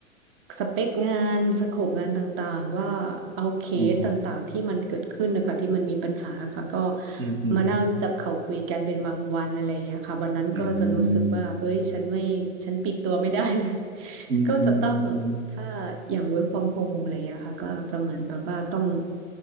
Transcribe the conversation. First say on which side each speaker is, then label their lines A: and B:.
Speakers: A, on the right; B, on the right.
A: สเปคงานสโคปงานต่างๆว่าเอาเคสต่างๆที่มันเกิดขึ้นนะคะที่มันมีปัญหาค่ะก็
B: อืมอืมอืม
A: มานั่งจับเข่าคุยกันเป็นบางวันอะไรอย่างเงี้ยค่ะวันนั้นก็จะรู้สึกว่าเอ้ยฉันไม่ฉันปลีกตัวไม่ได้เลย
B: อืม
A: <laughs>
B: อืมอืมอืมอืมอืม
A: ก็จะต้องแบบ ถ้าอย่าง work from home อะไรอย่างเงี้ยค่ะก็จะเหมือนแบบว่าต้อง